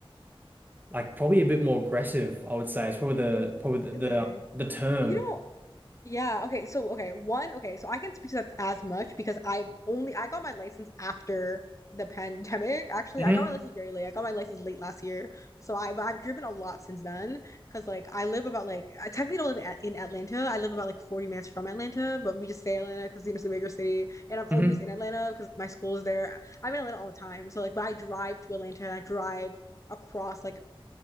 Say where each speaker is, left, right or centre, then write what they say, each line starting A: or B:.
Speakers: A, on the right; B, on the left.
A: like, probably a bit more aggressive, I would say. It's probably the probably the the,
B: really?
A: um, the term.
B: You know, Yeah, okay. So okay, one, okay, so I can't speak to that as much because I only I got my license after the pandemic. Actually,
A: hmm
B: I got my license very late. I got my license late last year. So I but I've driven a lot since then because like I live about like I technically don't live in, At- in Atlanta. I live about like 40 minutes from Atlanta, but we just say Atlanta because it's a bigger city and I'm always
A: hmm
B: in Atlanta because my school is there. I'm in Atlanta all the time. So like but I drive to Atlanta and I drive across like